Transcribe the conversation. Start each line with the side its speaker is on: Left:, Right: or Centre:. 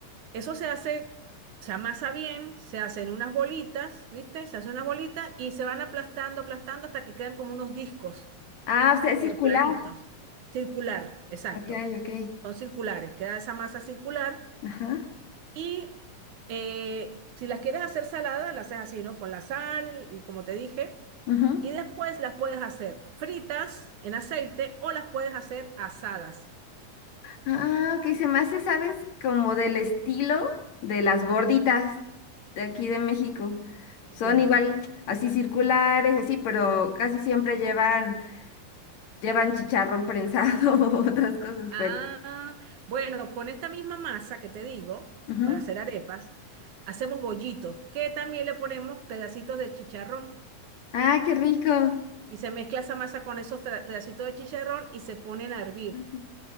Right: eso se hace, se amasa bien, se hacen unas bolitas, ¿viste? Se hacen unas bolitas y se van aplastando, aplastando hasta que quedan como unos discos,
Left: Ah, o sea, es
Right: pero
Left: circular.
Right: planitos, circular, exacto.
Left: Ok, ok.
Right: Son circulares, queda esa masa circular
Left: Ajá.
Right: y eh, si las quieres hacer saladas, las haces así, ¿no? Con la sal y como te dije.
Left: Ajá.
Right: Y después las puedes hacer fritas en aceite o las puedes hacer asadas.
Left: Ah, ok, se me hace, ¿sabes? Como del estilo de las gorditas de aquí de México. Son
Right: Ya.
Left: igual, así circulares, así, pero casi siempre llevan, llevan chicharrón prensado <laughs> o otras cosas,
Right: Ah,
Left: pero.
Right: bueno, con esta misma masa que te digo,
Left: Ajá.
Right: para hacer arepas, hacemos bollitos, que también le ponemos pedacitos de chicharrón.
Left: Ah, qué rico. Ah,
Right: Y se mezcla esa masa con esos tra- pedacitos de chicharrón y se ponen a hervir.
Left: ajá.